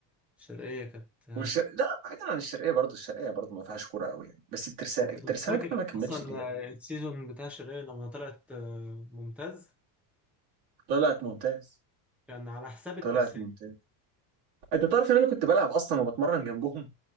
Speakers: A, in the centre; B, on the right.
A: الشرقيه كانت
B: والش... لا بعيدا عن الشرقيه برضه الشرقيه برضه ما فيهاش كوره قوي يعني بس الترسانه
A: ما انت
B: الترسانه
A: كنت فاكر
B: ده ما كملش
A: اصلا
B: ليه
A: السيزون بتاع شيرين لما طلعت آه، ممتاز
B: طلعت ممتاز
A: كان على حساب الترسانة
B: طلعت ممتاز انت تعرف ان انا كنت بلعب اصلا وبتمرن جنبهم